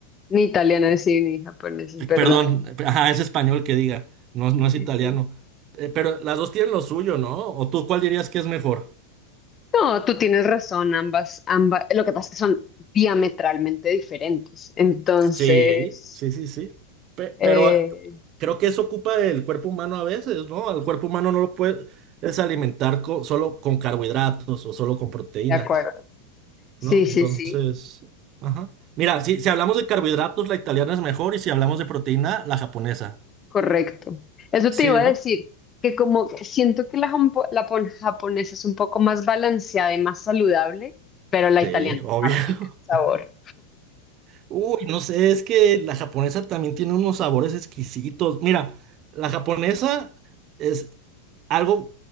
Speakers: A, on the left; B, on the right.
A: Ni italiana, sí, ni japonesa, es
B: eh,
A: verdad.
B: Perdón, eh, ajá, es español que diga, no, no es
A: Sí,
B: italiano.
A: sí.
B: Eh, pero las dos tienen lo suyo, ¿no? ¿O tú cuál dirías que es mejor?
A: No, tú tienes razón, ambas, ambas. Lo que pasa es que son diametralmente diferentes. Entonces,
B: Sí, sí, sí, sí. Pe-
A: eh,
B: pero ah, creo que eso ocupa el cuerpo humano a veces, ¿no? Al cuerpo humano no lo puedes alimentar co- solo con carbohidratos o solo con proteínas.
A: de acuerdo. Sí,
B: ¿no?
A: sí,
B: Entonces,
A: sí,
B: ajá. Mira, si, si hablamos de carbohidratos, la italiana es mejor y si hablamos de proteína, la japonesa.
A: correcto. Eso
B: Sí,
A: te iba a
B: ¿no?
A: decir, que como siento que la, jampo- la pon- japonesa es un poco más balanceada y más saludable, pero la
B: Sí,
A: italiana es
B: obvio.
A: más rica en sabor.
B: <laughs> Uy, no sé, es que la japonesa también tiene unos sabores exquisitos. Mira, la japonesa es algo